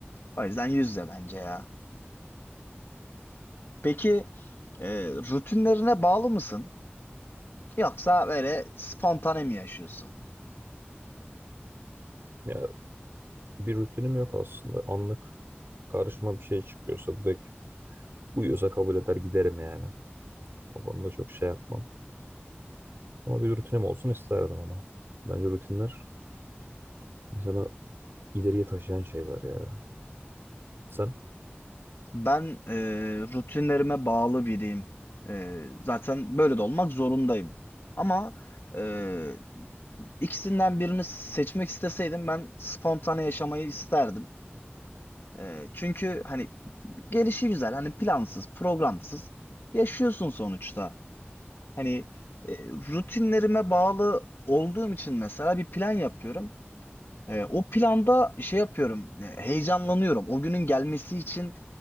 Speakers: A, on the left (about 70°); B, on the right (about 65°).
A: O yüzden yüz yüze bence ya. Peki e, rutinlerine bağlı mısın? Yoksa böyle spontane mi yaşıyorsun?
B: Ya bir rutinim yok aslında. Anlık karşıma bir şey çıkıyorsa direkt uyuyorsa kabul eder giderim yani. O konuda çok şey yapmam. Ama bir rutinim olsun isterdim ama. Bence rutinler insanı ileriye taşıyan şeyler ya. Sen
A: Ben e, rutinlerime bağlı biriyim. E, zaten böyle de olmak zorundayım. Ama e, ikisinden birini seçmek isteseydim ben spontane yaşamayı isterdim. E, çünkü hani gelişi güzel, hani plansız, programsız yaşıyorsun sonuçta. Hani e, rutinlerime bağlı olduğum için mesela bir plan yapıyorum. E, o planda şey yapıyorum, e, heyecanlanıyorum. O günün gelmesi için